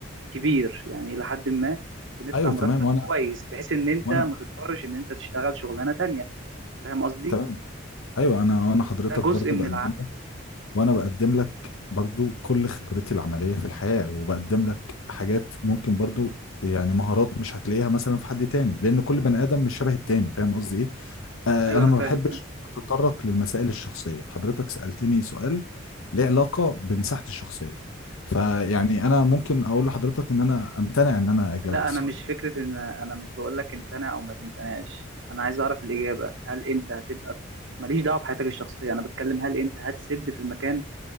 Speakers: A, on the right; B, on the left.
A: كبير يعني الى حد ما بندفع
B: ايوه
A: مرتب
B: تمام وانا
A: كويس بحيث ان انت
B: وانا
A: ما تضطرش ان انت تشتغل شغلانه تانية فاهم قصدي
B: تمام ايوه انا انا حضرتك
A: ده جزء
B: برضو
A: من
B: بقدم
A: العقل
B: لك وانا بقدم لك برضو كل خبرتي العمليه في الحياه وبقدم لك حاجات ممكن برضو يعني مهارات مش هتلاقيها مثلا في حد تاني لان كل بني ادم مش شبه التاني فاهم قصدي ايه آه،
A: ايوه
B: انا
A: انا
B: ما
A: فاهم
B: بحبش
A: فاهم
B: اتطرق للمسائل الشخصيه حضرتك سالتني سؤال ليه علاقه بمساحتي الشخصيه فيعني انا ممكن اقول لحضرتك ان انا امتنع ان انا اجاوب
A: لا
B: على السؤال
A: انا مش
B: ده
A: فكره ان انا مش بقول لك امتنع او ما تمتنعش انا عايز اعرف الاجابه هل انت هتبقى ماليش دعوه بحياتك الشخصيه انا بتكلم هل انت هتسد في المكان